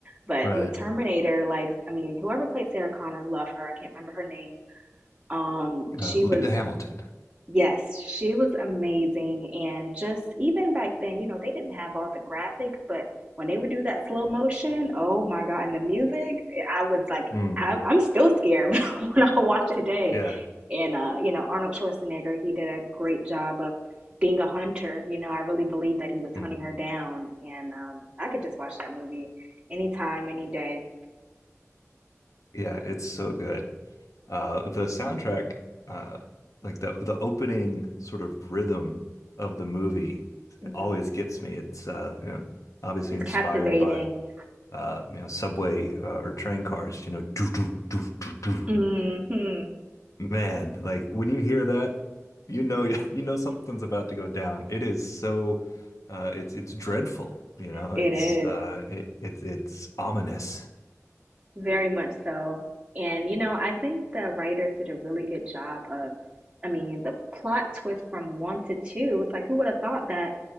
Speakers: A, on the right (about 20°); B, on the left (about 75°).
A: But
B: Right.
A: with Terminator, like, I mean, whoever played Sarah Connor, love her. I can't remember her name. Um,
B: Uh,
A: she
B: Linda
A: was
B: Hamilton.
A: Yes, she was amazing. And just even back then, you know, they didn't have all the graphics, but when they would do that slow motion, oh my God, and the music, eh, I was like,
B: Mm,
A: I, I'm still scared <laughs> when I watch it today.
B: yeah.
A: And, uh, you know, Arnold Schwarzenegger, he did a great job of being a hunter. You know, I really believe that he was
B: Mm,
A: hunting her down. And um, I could just watch that movie anytime, any day.
B: yeah, it's so good. Uh, the soundtrack, uh, like the the opening sort of rhythm of the movie
A: hmm
B: always gets me. It's uh, you know, obviously
A: It's
B: inspired
A: captivating.
B: by uh, you know, subway uh, or train cars, you know, do do do do do
A: hmm
B: Man, like when you hear that, you know <laughs> you know something's about to go down. It is so uh it's it's dreadful, you know.
A: It
B: It's
A: is.
B: uh it, it's it's ominous.
A: Very much so. And, you know, I think the writers did a really good job of, I mean, the plot twist from one to two, it's like, who would have thought that